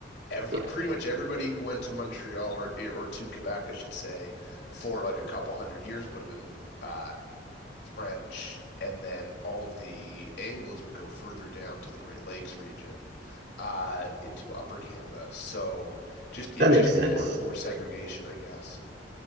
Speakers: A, on the left; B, on the right.
A: every
B: yeah,
A: pretty much everybody who went to Montreal or or to Quebec, I should say, for like a couple hundred years would have been uh, French, and then all of the Anglos would go further down to the Great Lakes region, uh, into Upper Canada. So just it's
B: that makes
A: just
B: sense.
A: more more segregation, I guess.